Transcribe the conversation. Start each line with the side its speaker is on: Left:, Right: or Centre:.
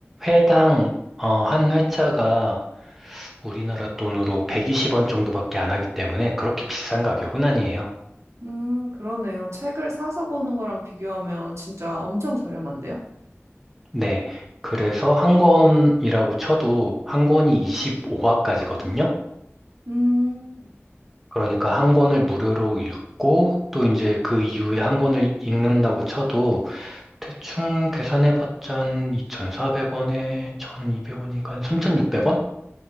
Centre: 회당 어, 한 회차가 우리나라 돈으로 120원 정도밖에 안 하기 때문에 그렇게 비싼 가격은 아니에요.
Right: 음, 그러네요. 책을 사서 보는 거랑 비교하면 진짜 엄청 저렴한데요?
Centre: 네. 그래서 한 권이라고 쳐도 한 권이 25화까지거든요.
Right: 음.
Centre: 그러니까 한 권을 무료로 읽고 또 이제 그 이후에 한 권을 읽는다고 쳐도 대충 계산해봤자 한 2,400원에 1,200원이니까 3,600원